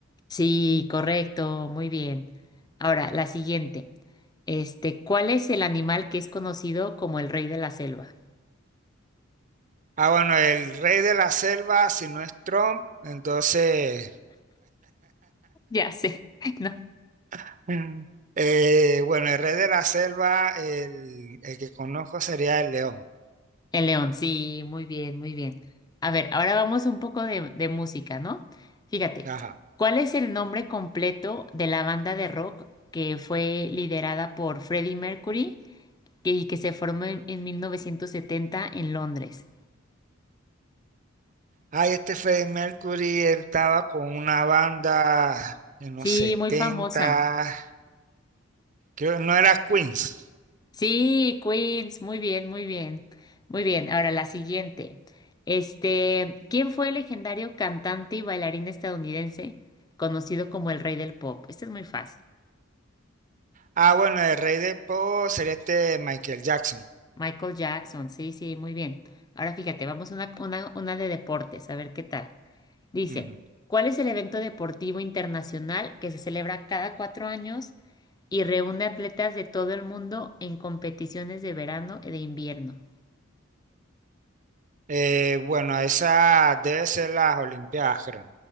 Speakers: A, on the left; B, on the right.
A: Sí, correcto, muy bien. Ahora, la siguiente. Este, ¿cuál es el animal que es conocido como el rey de la selva?
B: Ah, bueno, el rey de la selva, si no es Trump, entonces,
A: Ya sé, <laughs> ¿no?
B: <laughs> eh, bueno, el rey de la selva, el, el que conozco sería el león.
A: El león, sí, muy bien, muy bien. A ver, ahora vamos un poco de, de música, ¿no? Fíjate,
B: Ajá.
A: ¿cuál es el nombre completo de la banda de rock que fue liderada por Freddie Mercury que- y que se formó en, en 1970 en Londres?
B: Ay, este Freddie Mercury, él estaba con una banda en los
A: Sí,
B: 70,
A: muy famosa.
B: creo que no era Queens.
A: Sí, Queens, muy bien, muy bien, muy bien. Ahora la siguiente. Este, ¿quién fue el legendario cantante y bailarín estadounidense conocido como el rey del pop? Este es muy fácil.
B: Ah, bueno, el rey del pop sería este Michael Jackson.
A: Michael Jackson, sí, sí, muy bien. Ahora fíjate, vamos a una, una, una de deportes, a ver qué tal. Dice,
B: Ujú.
A: ¿cuál es el evento deportivo internacional que se celebra cada cuatro años y reúne atletas de todo el mundo en competiciones de verano y de invierno?
B: Eh, bueno, esa debe ser las Olimpiadas, creo.